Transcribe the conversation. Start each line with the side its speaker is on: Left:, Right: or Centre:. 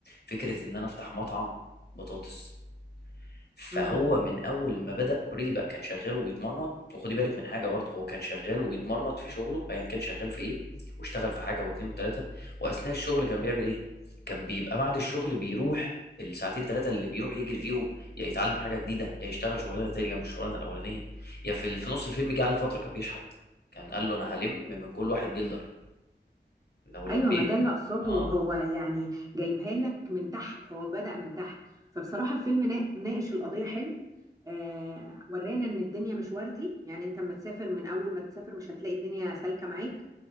Left: فكرة إن أنا أفتح مطعم بطاطس فهو
Right: امم
Left: من اول ما بدأ اوريدي بقى كان شغال وبيتمرمط وخدي بالك من حاجه برضه هو كان شغال وبيتمرمط في شغله ايا كان شغال في ايه واشتغل في حاجه واثنين وثلاثه واثناء الشغل كان بيعمل ايه كان بيبقى بعد الشغل بيروح الساعتين ثلاثه اللي بيروح يجري فيهم يا يتعلم حاجه جديده يا يشتغل شغلانه تانية جنب الشغلانه الاولانيه يا في في نص الفيلم جه عليه فتره كان بيشحت كان قال له انا هلم من كل واحد جلدر لو لميت
Right: أيوة ما ده اللي أقصده
Left: اه
Right: هو يعني جايبها لك من تحت هو بدأ من تحت فبصراحة الفيلم نا- ناقش القضية حلو آه، ورانا ان الدنيا مش وردي يعني انت اما تسافر من اول ما تسافر مش هتلاقي الدنيا سالكه معاك